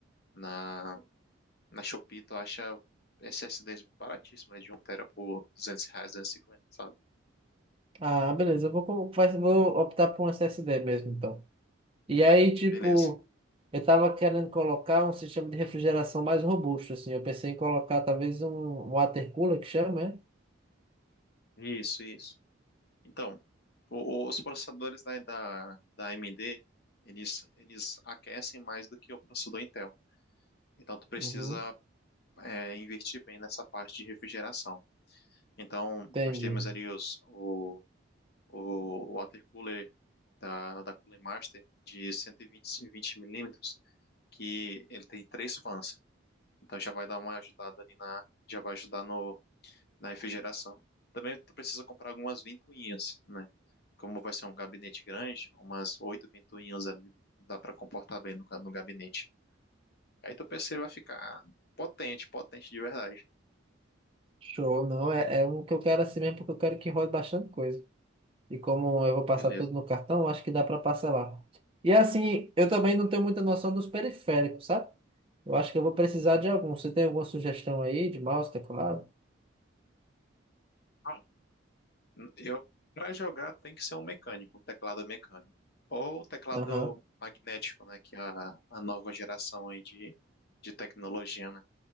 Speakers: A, on the left; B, on the right.
A: na, na Shopee, tu acha SSDs baratíssimo, né? De um tera por 200 reais, 250, sabe?
B: Ah, beleza, eu vou, co- vai- vou optar por um SSD mesmo, então. E aí, tipo,
A: Beleza.
B: eu tava querendo colocar um sistema de refrigeração mais robusto, assim. Eu pensei em colocar talvez um water cooler, que chama, né?
A: Isso, isso. Então, o- o- os processadores da, da, da AMD, eles, eles aquecem mais do que o processador Intel. Então, tu precisa
B: Uhum.
A: é, investir bem nessa parte de refrigeração. Então,
B: Entendi.
A: nós temos ali os, o, o water cooler da, da Cooler Master de cento e vinte milímetros, que ele tem três fãs. Então já vai dar uma ajudada ali na, já vai ajudar no, na refrigeração. Também tu precisa comprar algumas ventoinhas, né? Como vai ser um gabinete grande, umas oito ventoinhas ali dá para comportar bem no, no gabinete. Aí tu PC vai ficar potente, potente de verdade.
B: Show, não, é, é um que eu quero assim mesmo, porque eu quero que rode bastante coisa. E como eu vou passar
A: Beleza.
B: tudo no cartão, eu acho que dá para parcelar. E assim, eu
A: Tá.
B: também não tenho muita noção dos periféricos, sabe? Eu acho que eu vou precisar de algum. Você tem alguma sugestão aí de mouse, teclado?
A: Ah, Eu, para jogar tem que ser um mecânico, um teclado mecânico. Ou teclado
B: Aham,
A: magnético, né? Que é a, a nova geração aí de, de tecnologia, né?